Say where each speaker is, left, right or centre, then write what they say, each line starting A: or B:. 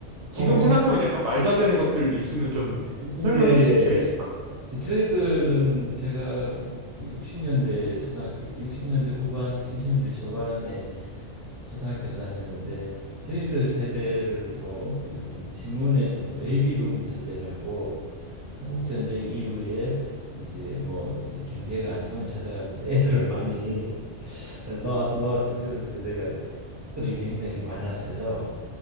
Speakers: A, on the right (about 75°); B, on the right (about 25°).
A: 지금
B: 어,
A: 생각하면 약간 말도 안 되는 것들 있으면 좀
B: 예,
A: 설명해
B: 예,
A: 주시면 재밌을 것 같아요.
B: 예. 저희들은 제가 그 60년대 초등학교 60년대 후반 70년대 초반에 초등학교 다니는데 저희들 세대를 뭐 이런 신문에서는 베이비붐 세대라고 한국 전쟁 이후에 이제 뭐 이제 경제가 안정을 찾아가면서 애들을 많이 <laughs> 놓았, 놓았던 그런 세대가 들이 굉장히 많았어요.